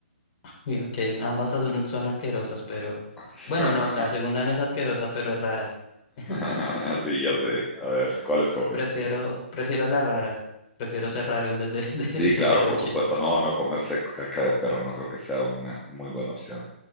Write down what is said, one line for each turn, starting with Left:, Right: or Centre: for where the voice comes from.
Left: Digo que ambas son, son asquerosas, pero
Centre: <laughs>
Left: bueno, no, la segunda no es asquerosa, pero es rara. <laughs>
Centre: <laughs> Sí, ya sé. A ver, ¿cuál escoges?
Left: Prefiero, prefiero la rara. Prefiero ser raro en vez de, <laughs> de,
Centre: Sí, claro,
Left: de, de cochino.
Centre: por supuesto. No, no, comerse caca de perro no creo que sea una muy buena opción.